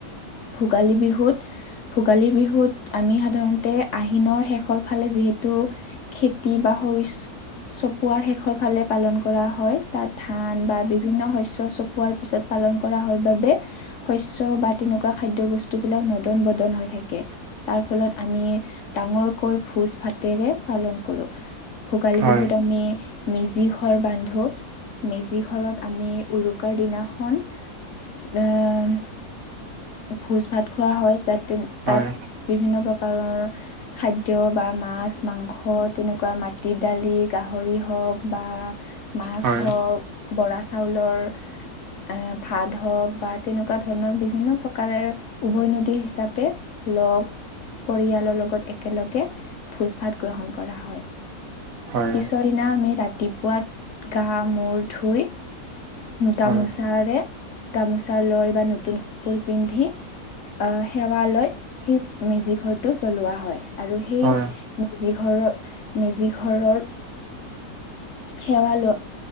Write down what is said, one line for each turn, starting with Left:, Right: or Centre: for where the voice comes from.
Left: ভোগালী বিহুত ভোগালী বিহুত আমি সাধাৰণতে আহিনৰ শেষৰ ফালে যিহেতু খেতি বা শস্য চপোৱাৰ শেষৰ ফালে পালন কৰা হয়। তাত ধান বা বিভিন্ন শস্য চপোৱাৰ পিছত পালন কৰা হয় বাবে শস্য বা তেনেকুৱা খাদ্য বস্তুবিলাক নদন বদন হৈ থাকে। তাৰ ফলত আমি ডাঙৰকৈ ভোজ ভাতেৰে পালন কৰোঁ। ভোগালী
Right: হয়,
Left: বিহুত আমি মেজি ঘৰ বান্ধো, মেজিঘৰত আমি উৰুকাৰ দিনাখন উম ভোজ ভাত খোৱা হয় যাতে
Right: হয়।
Left: তাত বিভিন্ন প্ৰকাৰৰ খাদ্য বা মাছ, মাংস তেনেকুৱা মাটিৰ দালি গাহৰি হওঁক বা মাছ
Right: হয়
Left: হওঁক, বৰা চাউলৰ এ ভাত হওঁক বা তেনেকুৱা ধৰণৰ বিভিন্ন প্ৰকাৰে উভৈ নদী হিচাপে লগ পৰিয়ালৰ লগত একেলগে ভোজ ভাত গ্ৰহণ কৰা হয়।
Right: হয়
Left: পিছত- দিনা আমি ৰাতিপুৱাত গা মূৰ ধুই- গামোচাৰে
Right: হয়
Left: গামোচা লৈ বা নতুন কাপোৰ পিন্ধি। সেৱা লৈ সেই মেজি ঘৰটো জ্বলোৱা হয়, আৰু সেই-
Right: হয়
Left: মেজি ঘৰৰ মেজি ঘৰৰ সেৱা লোৱা-